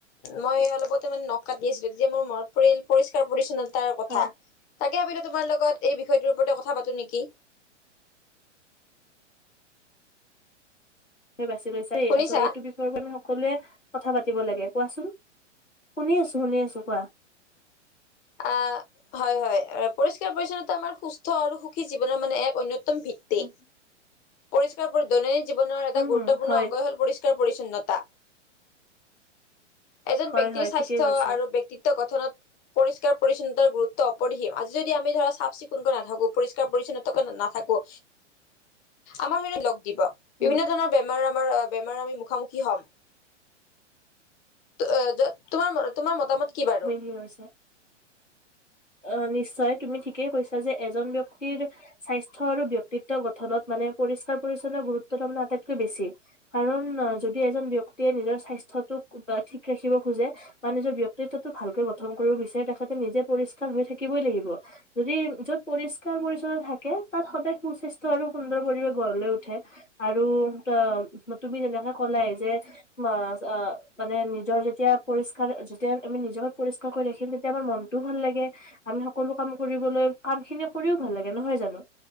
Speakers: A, on the left (about 25°); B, on the left (about 85°).
A: মই অলপতে মানে নখ কাটি আছিলোঁ! তেতিয়া মোৰ মনত পৰিল পৰিষ্কাৰ পৰিচ্ছনতা। তাৰ, কথা
B: হয়
A: তাকে ভাৱিলোঁ, তোমাৰ লগত এই বিষয়টোৰ ওপৰতে কথা পাতো নেকি।
B: বাচছি লৈছ এই
A: শুনিছা?
B: আচলতে এইটো বিষয়। সকলোৱে কথা পাতিব লাগে কোৱাচোন শুনি আছোঁ, শুনি আছোঁ! কোৱা।
A: আ হয় হয় পৰিষ্কাৰ পৰি্ছন্নতা আমাৰ সুস্থ আৰু সুখী জীৱনৰ মানে এক অন্য। তম, ভিত্তি
B: উম
A: পৰিষ্কাৰ দৈনন্দিন জীৱনৰ এটা গুৰুত্বপূৰ্ণ
B: উম হয়
A: অংগ হ'ল পৰি। ষ্কাৰ, পৰিছন্নতা এজন
B: হয়
A: ব্যক্তিৰ
B: হয়
A: স্বাস্থ্য
B: ঠিকেই কৈছা
A: আৰু ব্যক্তিতা। ক্তিত্ব, গঠনত। পৰিষ্কাৰ পৰিচ্ছন্নতাৰ গুৰুত্ব অপৰিসীম আজি যদি আমি ধৰা চফ -চিকুণৈ নাথাকোঁ, পৰিষ্কাৰ পৰিচ্ছনতাকৈ নাথাকোঁ। আমাৰ শৰীৰত লগ দিব!
B: উম
A: বিভিন্ন ধৰণৰ। বেমাৰ আমাৰ বেমাৰ আমি মুখামুখি হ'ম! তোমাৰ তোমাৰ মতামত কি বাৰু।
B: কি হৈছে। অ' নিশ্চয় তুমি ঠিকেই কৈছা যে এজন ব্যক্তিৰ। স্বাস্থ্য আৰু ব্যক্তিত্ব গঠনত মানে পৰিষ্কাৰ পৰিচ্ছন্ন গুৰুত্ব তাৰমানে আটাইতকৈ বেছি। কাৰণ যদি এজন ব্যক্তিয়ে নিজৰ স্বাস্থ্যটোক ঠিক ৰাখিব খোজে। বা নিজৰ ব্যতিকত্বটো ভালকৈ গঠন কৰিব বিচাৰে তেখেতে নিজে পৰিষ্কাৰ হৈ থাকিবই লাগিব। যদি য'ত পৰিষ্কাৰ -পৰি্ছনতা থাকে তাত সদায় সুস্বাস্থ্য আৰু সুন্দৰ পৰিৱেশ গড়লৈ উঠে। আৰু ত তুমি যেনেকে ক'লাই যে। মাছ অ মানে নিজৰ যেতিয়া পৰিষ্কাৰ যেতিয়া আমি নিজকে পৰিষ্কাৰ। কৈ কৈ ৰাখিম তেতিয়া আমাৰ মনটোও ভাল লাগে। আমি সকলো কাম কৰিবলৈ, কাম খিনি কৰিও ভাল লাগে নহয় জানো?